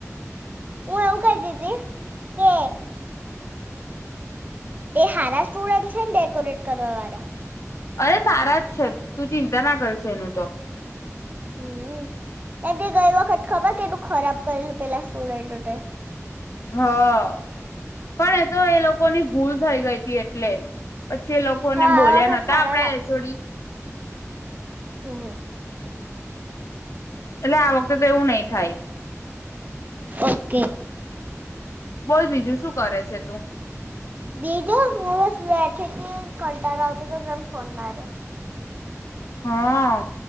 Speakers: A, on the right (about 35°); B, on the left (about 65°).
A: હું એવું કહી દી હતી કે એ હારા સ્ટુડન્ટ છે ને ડેકોરેટ કરવા વાળા
B: અરે સારા જ છે તું ચિંતા ના કરશે એનું તો.
A: હમ્મ એમ કે ગઈ વખત ખબર કેટલું ખરાબ કરેલું પેલા સ્ટુડન્ટોટે.
B: હા પણ એ તો એ લોકો ની ભૂલ થઈ ગઈ હતી એટલે પછી એ લોકોને
A: હા
B: બોલ્યા
A: આ વખત
B: નતા
A: સારા
B: આપડા એ જોડી
A: હમ્મ હમ્મ.
B: એટલે આ વખતે તો એવું નહી થાય
A: ઓકે.
B: બોલ બીજું શું કરે છે તું?
A: બીજુ હુંસ બેઠી થી કંટળો આવતો તો તમ ફોન મારે્યો
B: હા